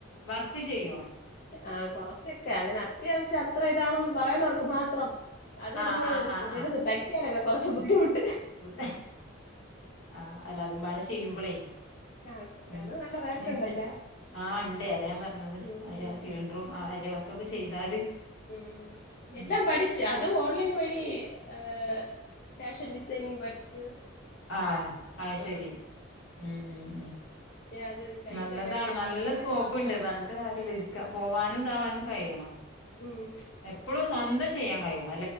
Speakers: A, on the left (about 75°); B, on the left (about 40°).
A: വർക്ക് ചെയ്യോ?
B: ആഹ് കൊറച്ചൊക്കെ അങ്ങനെ അത്യാവശ്യം അത്ര ഇതാണെന്ന് പറയുന്നവർക്ക് മാത്രം അതിരുന്ന്
A: ആഹ് ആഹ് ആഹ്
B: ഇതിലിന്ന്
A: ആഹ്
B: തൈക്കാനൊക്കെ കുറച്ച് ബുദ്ധിമുട്ട്
A: ബുദ്ധ ആഹ് അല്ല അതുമ്പാടെ ചെയ്യുമ്പളേ
B: ആ
A: ഉം
B: അത് നല്ല റേറ്റ്
A: ഇൻസ്റ്റേ
B: ഉണ്ടല്ല
A: ആഹ് ഇണ്ട് അതാ ഞാൻ പറണത്
B: ഉം
A: ഒര് ആ സിലിഡ്രും അരിവർക്കൊക്കെ ചെയ്താല്
B: ഉം
A: ഉം
B: എല്ലാം പഠിച്ച് അതും ഓൺലൈൻ വഴി ആ ഫാഷൻ ഡിസൈനിങ് പഠിച്ചു.
A: ആഹ് ആയ്
B: ആ
A: ശരി ഉം മ് മ്.
B: അത് കൈത്തയിലൊക്കെ
A: നല്ലതാണ്
B: ഇട്ട്
A: നല്ല
B: കൊറേ
A: സ്കോപ്പ്ണ്ട്
B: സമയാവും
A: പറഞ്ഞിട്ട് കാര്യല്ല്യ ഇരിക്ക പോവാനും താവാനും കയ്യണം.
B: ഉം
A: എപ്പളും സ്വന്തം ചെയ്യാ കയ്യണം.